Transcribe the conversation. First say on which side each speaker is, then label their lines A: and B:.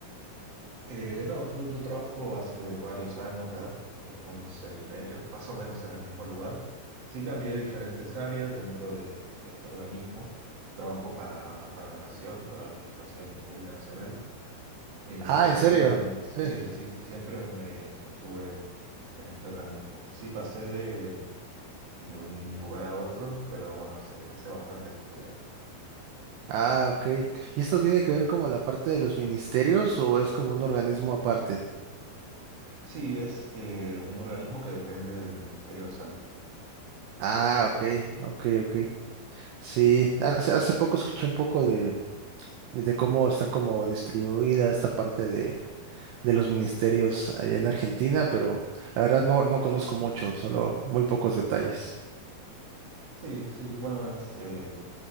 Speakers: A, on the right (about 70°); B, on the right (about 85°).
A: Eh, no, no, yo trabajo hace varios años ya, eh, 11 y medio, <laughs> más o menos en el mismo lugar. Sí cambié diferentes áreas dentro de, de este organismo. Trabajo para, para la Nación, para la Administración Pública Nacional, eh,
B: Ah,
A: pero
B: ¿en
A: siempre,
B: serio? sí
A: sí, sí, siempre me estuve en este organismo. Sí pasé de, de un lugar a otro, pero bueno, hace, hace bastante que estoy ahí.
B: Ah, ok. ¿Y esto tiene que ver como la parte de los ministerios o es como un organismo aparte?
A: Sí, es eh, un organismo que depende del Ministerio de Salud.
B: Ah, ok, ok, ok. Sí, hace, hace poco escuché un poco de, de cómo está como distribuida esta parte de, de los ministerios allá en Argentina, pero la verdad no, no conozco mucho, solo muy pocos detalles.
A: Sí, sí, bueno, es, eh,